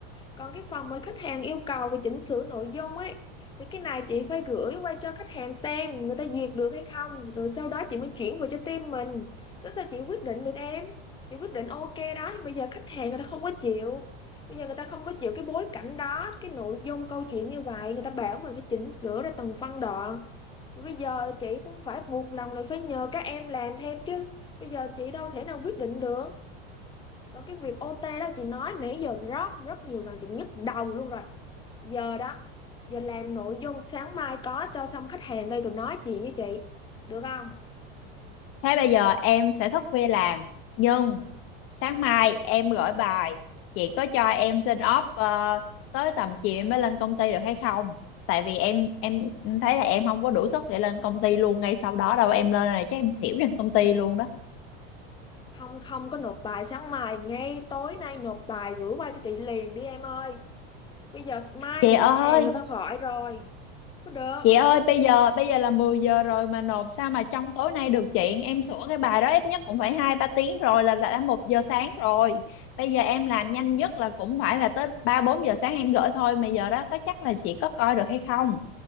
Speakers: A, on the left; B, on the left.
A: còn cái phần mà khách hàng yêu cầu về chỉnh sửa nội dung ấy thì cái này chị phải gửi qua cho khách hàng xem người ta duyệt được hay không rồi sau đó chị mới chuyển về cho team mình chứ sao chị quyết định được em chị quyết định ok đó nhưng bây giờ khách hàng người ta không có chịu bây giờ người ta không có chịu cái bối cảnh đó cái nội dung câu chuyện như vậy người ta bảo mình phải chỉnh sửa ra từng phân đoạn Rồi bây giờ chị cũng phải buộc lòng là phải nhờ các em làm thêm chứ bây giờ chị đâu thể nào quyết định được còn cái việc OT đó chị nói nãy giờ rất rất nhiều rồi chị nhức đầu luôn rồi giờ đó giờ làm nội dung sáng mai có cho xong khách hàng đây rồi nói chuyện với chị được không
B: thế bây giờ em sẽ thức khuya làm nhưng sáng mai em gửi bài chị có cho em xin off ờ, tới tầm chiều em mới lên công ty được hay không tại vì em em thấy là em không có đủ sức để lên công ty luôn ngay sau đó đâu em lên là chắc em xỉu trên công ty luôn đó
A: không không có nộp bài sáng mai ngay tối nay nộp bài gửi qua cho chị liền đi em ơi bây giờ mai
B: chị
A: người
B: ơi
A: khách hàng người ta hỏi rồi có được
B: Chị ơi bây giờ bây giờ là 10 giờ rồi mà nộp sao mà trong tối nay được chị em sửa cái bài đó ít nhất cũng phải hai ba tiếng rồi là là đã một giờ sáng rồi bây giờ em làm nhanh nhất là cũng phải là tới ba bốn giờ sáng em gửi thôi mà giờ đó có chắc là chị có coi được hay không